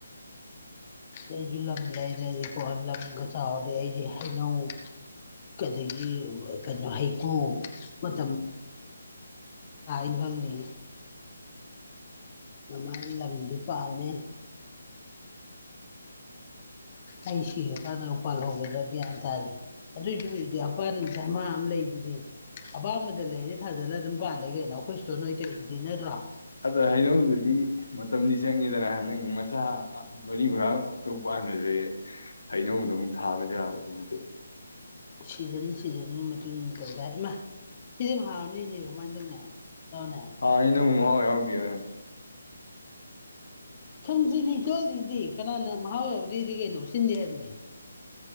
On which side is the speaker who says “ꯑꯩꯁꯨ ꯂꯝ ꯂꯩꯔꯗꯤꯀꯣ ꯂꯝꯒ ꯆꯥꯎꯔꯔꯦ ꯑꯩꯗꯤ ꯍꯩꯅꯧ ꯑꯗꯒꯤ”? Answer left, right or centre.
Left